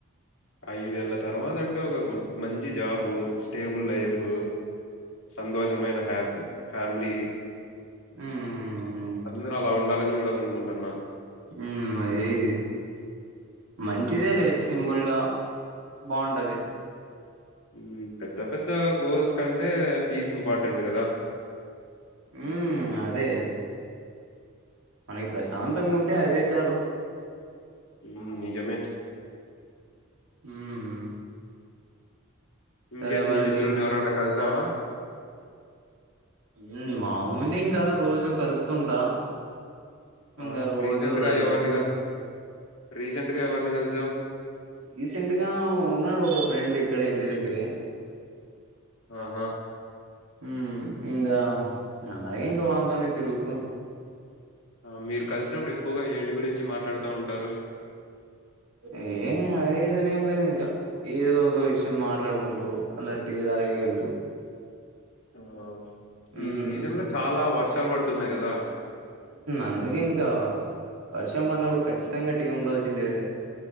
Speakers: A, on the left; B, on the right.
A: ఐదేళ్ళ తర్వాత అంటే ఒక గుడ్ మంచి జాబు స్టేబుల్ లైఫ్
B: మ్మ్
A: సంతోషమైన హ్యా ఫ్యామిలీ
B: మ్మ్
A: అందరు అలా ఉండాలని చూడాలనుకుంటున్న
B: మ్ మయి మంచిదే లే సింపుల్గా బాగుంటది
A: ఈ పెద్ద పెద్ద గోల్స్ కంటే పీస్ ఇంపార్టెంట్ కదా
B: మ్ అదే మనకి ప్రశాంతంగా
A: హ్మ్.
B: ఉంటే అదే చాలు
A: మ్ నిజేమే
B: మ్
A: ఇంకేం
B: సరే మరి
A: నీ మిత్రుల్ని ఎవరన్నా కలిసావా
B: మ్ మాములే ఇంకా రోజు కలుస్తుంటా ఇంకా
A: ఆ
B: రోజు
A: రీసెంట్ గా
B: రైట్స్
A: ఎవరిని క రీసెంట్ గా ఎవరిని కలిసావు
B: రీసెంట్ గా ఉన్నాడు ఒక ఫ్రెండ్ ఇక్కడే ఇంటి దగ్గరే
A: ఆహా
B: మ్ ఇంకా అలాగే వాంతోనే తిరుగుతూ
A: ఆ మీరు కలిసినప్పుడు ఎక్కువగా ఏంటి గురించి మాట్లాడుతూ ఉంటారు
B: ఏ అదేదని ఏం లేదు ఇంకా ఏదో ఒక విషయం మాట్లాడుకుంటూ అన్నటిదగల్దు
A: ఆ
B: ఉమ్
A: ఈ సీజన్ లో చాలా వర్షాలు పడుతున్నాయి కదా
B: అందుకే ఇంకా వర్షం పడినప్పుడు ఖచ్చితంగా టీ ఉంల్సిందేది